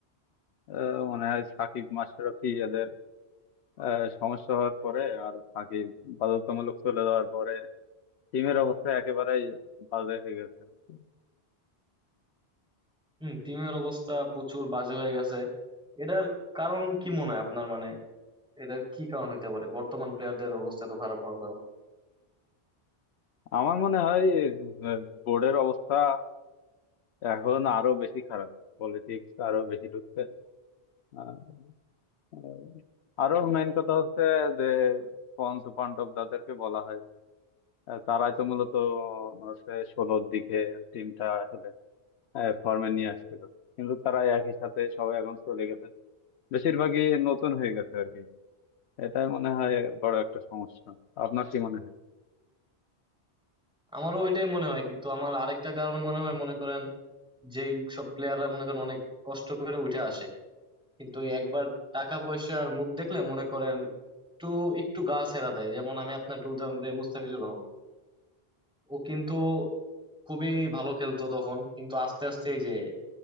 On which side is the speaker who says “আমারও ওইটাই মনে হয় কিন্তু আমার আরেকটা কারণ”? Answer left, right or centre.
Centre